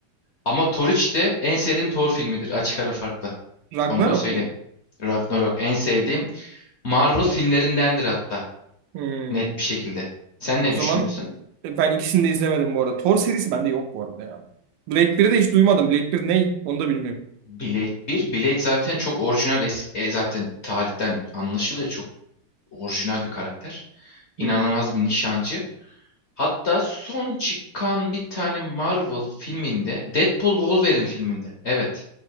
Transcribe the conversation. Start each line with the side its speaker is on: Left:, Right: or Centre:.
Left: Ama Thor 3 de en sevdiğim Thor filmidir açık ara farkla.
Right: Ragnarok
Left: Onu da söyleyeyim.
Right: mu?
Left: Ragnarok en sevdiğim Marvel filmlerindendir hatta
Right: Hmm.
Left: net bir şekilde. Sen
Right: O
Left: ne
Right: zaman
Left: düşünüyorsun?
Right: e, ben ikisini de izlemedim bu arada. Thor serisi bende yok bu arada ya. Blade 1'i de hiç duymadım. Blade bir ney? Onu da bilmiyorum.
Left: Blade bir Blade zaten çok orijinal eski, e, zaten tarihten anlaşılıyor. Çok orijinal bir karakter. İnanılmaz
Right: Hmm.
Left: bir nişancı. Hatta son çıkan bir tane Marvel filminde Deadpool Wolverine filminde. Evet.